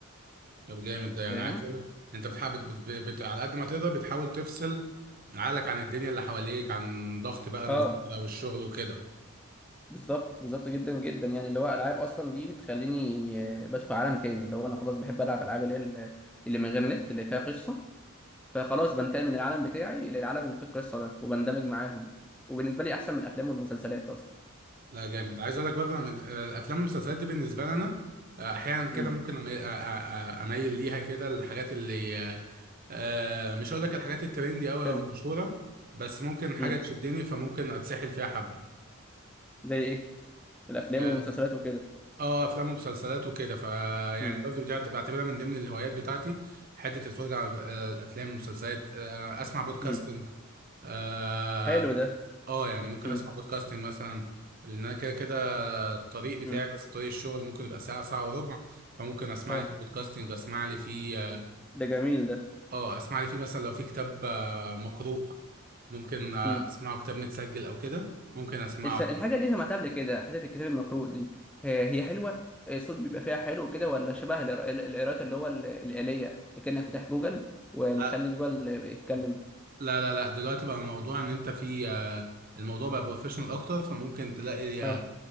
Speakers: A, on the right; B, in the centre.
A: طب جامد ده يعني
B: فاهم
A: عايز اقول لك انت بتحاول بت بت بت على قد ما تقدر بتحاول تفصل عقلك عن الدنيا اللي حواليك عن ضغط بقى المذاكره
B: اه
A: والشغل وكده
B: بالظبط بالظبط جدا جدا يعني اللي هو العاب اصلا دي بتخليني آه، بدخل عالم تاني اللي هو انا خلاص بحب العب العاب اللي هي ال- اللي من غير نت اللي فيها قصه فخلاص بنتقل من العالم بتاعي للعالم اللي فيه القصه ده وبندمج معاهم وبالنسبه لي احسن من الافلام والمسلسلات اصلا
A: لا جامد عايز اقول لك برضه أنا من آه، الافلام والمسلسلات دي بالنسبه لي انا آه، احيانا كده
B: امم
A: ممكن أمي- آه، آه، آه، اميل ليها كده الحاجات اللي آه، آه، مش هقول لك الحاجات الترندي قوي
B: حلو
A: او المشهوره بس ممكن حاجه
B: امم
A: تشدني فممكن اتسحل فيها حبه
B: زي ايه الافلام
A: اه
B: والمسلسلات وكده
A: آه، افلام ومسلسلات وكده فيعني
B: امم
A: برضه دي بعت- بعتبرها من ضمن الهوايات بتاعتي حته الفرجه على آه، الافلام والمسلسلات آه، اسمع بودكاستنج
B: امم
A: اه
B: حلو ده
A: آه، يعني ممكن
B: امم
A: اسمع بودكاستنج مثلا لان انا كده كده الطريق بتاعي
B: امم
A: بس طريق الشغل ممكن يبقى ساعة ساعة وربع فممكن اسمع
B: اه
A: لي في بودكاستنج اسمع لي في
B: ده جميل
A: اه اسمع لي في مثلا لو في كتاب آه، مقروء ممكن آه،
B: ده
A: اسمعه كتاب متسجل او كده ممكن اسمعه
B: الس- الحاجة دي سمعتها قبل كده حتة الكتاب المقروء دي هي هي حلوة الصوت بيبقى فيها حلو كده ولا شبه القرا- القراءات اللي هو ال- الآلية كأنك فتح جوجل ومخلي
A: لا
B: جوجل يتكلم
A: لا لا لا دلوقتي بقى الموضوع ان انت في آه، الموضوع بقى بروفيشنال اكتر فممكن تلاقي
B: اه
A: آه،